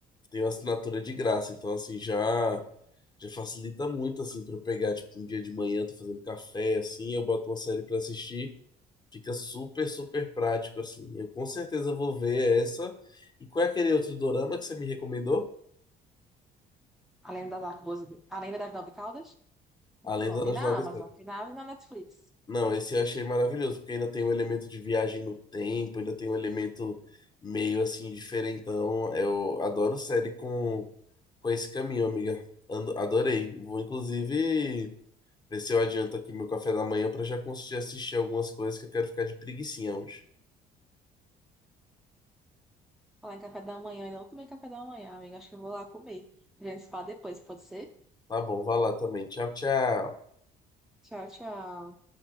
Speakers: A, on the left (about 25°); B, in the centre.
A: tenho assinatura de graça, então assim já já facilita muito assim para eu pegar tipo um dia de manhã, tô fazendo café assim, eu boto uma série para assistir, fica super super prático assim. Eu com certeza vou ver essa. E qual é aquele outro dorama que você me recomendou?
B: A Lenda das Arcabuzes, A Lenda das Nove Caudas? Muito
A: A Lenda
B: bom. Tem
A: das
B: na
A: Nove
B: Amazon,
A: Terras.
B: tem na Amazon e na Netflix.
A: Não, esse eu achei maravilhoso, porque ainda tem o elemento de viagem no tempo, ainda tem um elemento meio assim diferentão. Eu adoro série com, com esse caminho, amiga. Ando- adorei. Vou inclusive ver se eu adianto aqui meu café da manhã para já conseguir assistir algumas coisas que eu quero ficar de preguicinha hoje.
B: Falar em café da manhã, ainda não tomei café da manhã, amiga. Acho que eu vou lá comer. A gente se fala depois, pode ser?
A: Tá bom, vai lá também. Tchau, tchau.
B: Tchau, tchau.